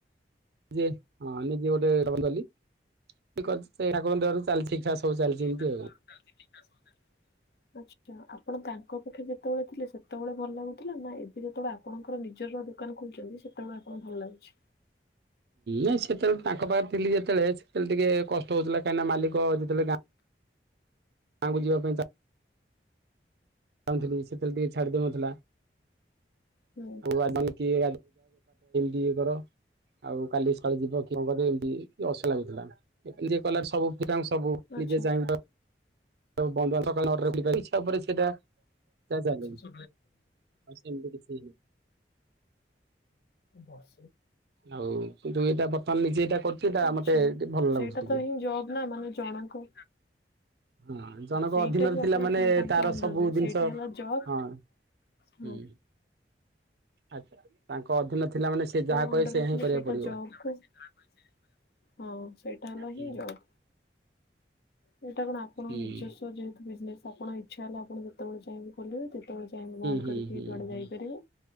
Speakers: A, on the right; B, on the left.
A: ଯିଏ। ହ ନିଜେ ଗୋଟେ <unintelligible> ଠାକୁରଙ୍କ ଦୟାରୁ ଚାଲିଛି ଠିକ୍ ଠାକ୍ ସବୁ ଚାଲିଛି
B: ହମ୍
A: ଏମିତି
B: ଠାକୁରଙ୍କ
A: ଆଉ।
B: ଦୟାରୁ ଚାଲିଛି ସବୁଯାକ ଠିକ୍ ଠାକ୍ ସବୁ ଚାଲଚି। ଆଛା ଆପଣ ତାଙ୍କ ପଖେ ଯେତେବେଳେ ଥିଲେ ସେତେବେଳେ ଭଲ ଲାଗୁଥିଲା ନା ଏବେ ଯେତେବେଳେ ଆପଣଙ୍କର ନିଜ ନିଜର ଦୋକାନ ଖୋଲିଛନ୍ତି ସେତେବେଳେ ଆପଣଙ୍କୁ
A: ହଁ!
B: ଭଲ ଲାଗୁଛି?
A: ନାଇଁ ସେତେବେଳେ ତ ତାଙ୍କ ପାଖରେ ଥିଲି ଯେତେବେଳେ ସେତେବେଳେ ଟିକେ କଷ୍ଟ ହଉଥିଲା। କାହିଁକି ନା ମାଲିକ ଯେତେବେଳେ ଗାଁ ଗାଁକୁ ଯିବା ପାଇଁ ବା <unintelligible> ଚାହୁଁଥିଲି ସେଥିେବେଳେ ଟିକେ ଛାଡିଦଉନଥିଲା।
B: ହୁଁ
A: ବେପାର ଟା ଏମିତି ଏମ ବି ଏ କର <unintelligible> ଆଉ କାଲିସକାଳେ ଯିବ କି କଣ କରିବ ଏମିତି ଅସ ଲାଗୁଥିଲା। କଲା ସବୁ ସବୁ
B: ଆଚ୍ଛା
A: ନିଜେ ଯାଇ ବ ଇଛା ଉପରେ ସେଇଟା <unintelligible> ଚାଲେ
B: <unintelligible>
A: ଆଉ ସେମିତି କିଛି
B: ବସ
A: ଆଉ କିନ୍ତୁ ଏଇଟା ବର୍ତ୍ତମାନ ନିଜେ ଏଇଟା କରୁଛି ଏଇଟା
B: ଆଛା!
A: ମତେ ଟିକେ ଭଲ
B: ସେଇଟା
A: ଲାଗୁଛି ଟିକେ।
B: ତ ହିଁ ଜବ୍ ନା। ମାନେ ଜଣଙ୍କ
A: ହଁ! ଜଣଙ୍କ
B: ସେଇଟା
A: ଅଧୀନରେ
B: ଯୋଉ ଆପଣ
A: ଥିଲା ମାନେ
B: ଥିଲେ ତାଙ୍କ
A: ତାର
B: ଅଣ୍ଡରରେ
A: ସବୁ ଜିନିଷ
B: ସେଇଟା ହେଲା ଜବ୍
A: ହଁ ହୁଁ!
B: ହଁ
A: ଆଛା! ତାଙ୍କ ଅଧୀନ ଥିଲା ମାନେ ସେ ଯାହା
B: ଅଣ୍ଡର
A: କହେ ସେ
B: ରେ
A: ହିଁ
B: ଖି
A: କରିବାକୁ
B: ସେଟା
A: ପଡିବ।
B: ଜବ। ହଁ! ସେଇଟା ହେଲା
A: ହୁଁ
B: ହିଁ ଜବ। ଏଇଟା କଣ ଆପଣ
A: ହୁଁ
B: ନିର୍ଜସ୍ୱ ଯେହେତୁ ବିଜନେସ ଆପଣଙ୍କ ଇଚ୍ଛା ହେଲା ଆପଣ ଯେତେବେଳେ ଚାହିଁବେ ଖୋଲିବେ ଯେତେବେଳେ ଚାହିଁବ ବନ୍ଦ
A: ହୁଁ
B: କରିକି
A: ହୁଁ
B: ଯୁଆଡ଼େ
A: ହୁଁ
B: ଯାଇପାରିବ